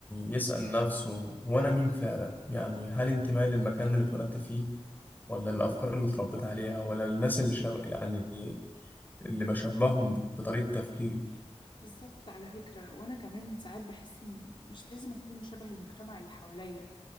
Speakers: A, on the left (about 15°); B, on the left (about 45°).
A: يسأل نفسه وأنا مين فعلا يعني هل انتمائي للمكان اللي اتولدت فيه ولا الأفكار اللي اتربيت عليها ولا الناس اللي شب... يعني اللي بشبههم بطريقة تفكيري
B: بالظبط على فكرة وأنا كمان ساعات بحس إني مش لازم أكون شبه المجتمع اللي حواليا